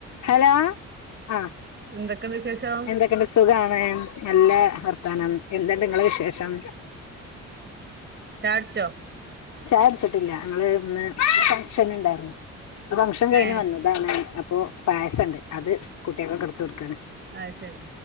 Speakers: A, on the left; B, on the right.
A: Hello ആ
B: എന്തൊക്കെയുണ്ട് വിശേഷം
A: എന്തൊക്കെണ്ട് സുഖാണ് നല്ല വർ ത്താനം എന്തെല്ലാ നിങ്ങളെ വിശേഷം?
B: ചാകുടിച്ചോ?
A: ചായ്കുടിച്ചിട്ടില്ല ഞങ്ങളിന്ന് ഫഗ്ഷൻ നിണ്ടായിരുന്നു. അ ഫഗ്ഷൻ കഴിഞ്ഞ്
B: ഏഹ്
A: വന്നതാണ്. പ്പൊ പയസണ്ട് അത് കുട്ടികക്കൊക്കെ എടുത്ത് കൊടുക്കാണ്.
B: അത് ശരി